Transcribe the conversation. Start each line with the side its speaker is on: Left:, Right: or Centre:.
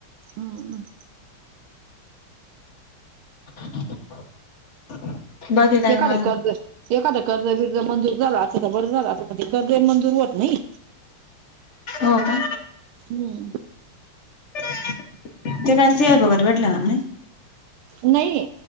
Right: ह
Left: <inaudible> काय
Right: हे काढलाय
Left: मग
Right: कर्ज एखाद कर्ज बिर्ज मंजूर झाला असं तर बरं झालं आसत ते कर्ज मंजूर होत नाही
Left: हो का
Right: हम्म
Left: ते काय शियत वगैरे भेटलं ना म्हणे
Right: नाही